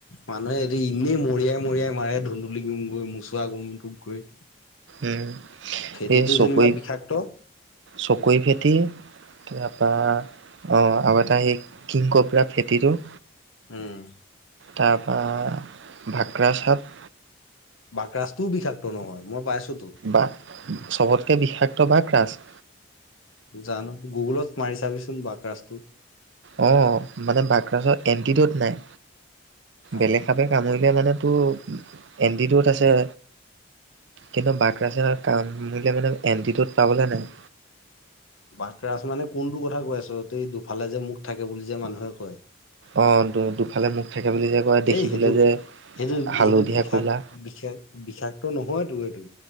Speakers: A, on the left; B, on the right.
A: মানুহে এতিয়া এনেই মৰিয়াই মৰিয়াই মাৰে ধুন্দুলি গোমক, মোচোৱা গোমটোক গৈ।
B: উম
A: ফেটিটো
B: সেই চকৈ,
A: যেনিবা বিষাক্ত
B: চকৈ ফেটি তাৰপৰা অ আৰু এটা সেই কিং কোব্ৰা ফেটিটো
A: উম।
B: তাৰপৰা বাকৰাজ সাপ,
A: বাকৰাজটোও বিষাক্ত নহয়। মই পাইছোঁতো।
B: বা চবতকৈ বিষাক্ত বাকৰাজ।
A: জানো, গুগুলত মাৰি চাবি চোন বাকৰাজটো।
B: অ মানে বাকৰাজৰ এন টি ৰ'ড নাই,
A: অ
B: বেলেগভাৱে কামৰিলীয়া মানেতো এণ্টিড'ট আছে। কিন্তু বাকৰাজে কামুৰিলে মানে এণ্টিড'ট পাবলৈ নাই।
A: বাকৰাজ মানে কোনটো কথা কৈ আছ? তই দুয়োফালে যে মুখ থাকে বুলি যে মানুহে কয়।
B: অ দুয়োফালে মুখ থাকে বুলি যে কয় দেখিবলৈ
A: এই, সেইটো
B: যে
A: সেইটো
B: হালধীয়া
A: সেইটো বিষাক
B: ক'লা
A: বিষাক বিষাক্ত নহয়তো সেইটো?